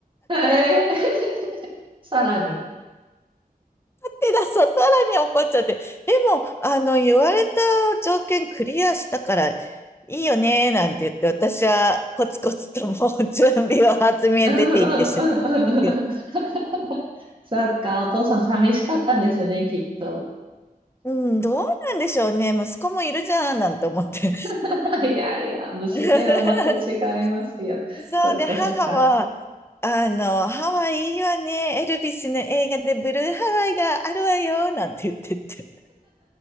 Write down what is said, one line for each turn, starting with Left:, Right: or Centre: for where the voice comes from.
Right: ええ <laughs> さらに。
Left: 手だ、そさらに怒っちゃって。でも、あの、言われた条件クリアしたから、いいよね、なんて言って、私はコツコツともう準備を厚みへ出ていってしま
Right: うんうんうんうんうん。
Left: う。
Right: <laughs> そっか、お父さん寂しかったんですね、きっと。
Left: うん、どうなんでしょうね。息子もいるじゃん、なんて思って。
Right: <laughs> いやいや、娘はまた違いますよ。
Left: <laughs> 私 <laughs> そうで、
Right: そっかそっか。
Left: 母は、あの、ハワイいいわね。エルビスの映画でブルーハワイがあるわよ、なんて言ってて。